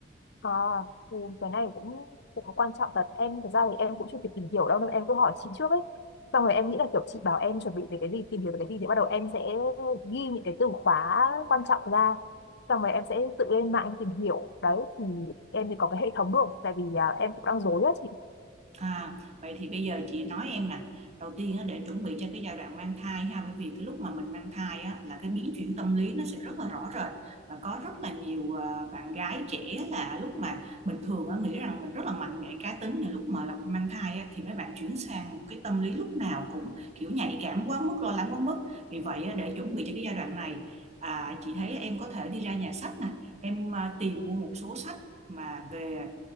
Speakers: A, on the left; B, on the right.
A: À, ừ, cái này cũng cũng có quan trọng thật em thực ra thì em cũng chưa kịp tìm hiểu đâu nên em cứ hỏi chị trước ấy xong rồi em nghĩ là kiểu chị bảo em chuẩn bị về cái gì tìm hiểu về cái gì thì bắt đầu em sẽ ghi những cái từ khóa quan trọng ra xong rồi em sẽ tự lên mạng em tìm hiểu đấy thì em thì có cái hệ thống được tại vì à, em cũng đang rối á chị
B: À, vậy thì bây giờ chị nói em nè, đầu tiên á, để chuẩn bị cho cái giai đoạn mang thai ha, bởi vì cái lúc mà mình mang thai á, là cái biến chuyển tâm lý nó sẽ rất là rõ rệt và có rất là nhiều à, bạn gái trẻ là lúc mà bình thường á, nghĩ rằng mình rất là mạnh mẽ cá tính nhưng lúc mà là mang thai á, thì mấy bạn chuyển sang một cái tâm lý lúc nào cũng kiểu nhạy cảm quá mức, lo lắng quá mức. Vì vậy á, để chuẩn bị cho cái giai đoạn này, à, chị thấy em có thể đi ra nhà sách nè, em à, tìm mua một số sách mà về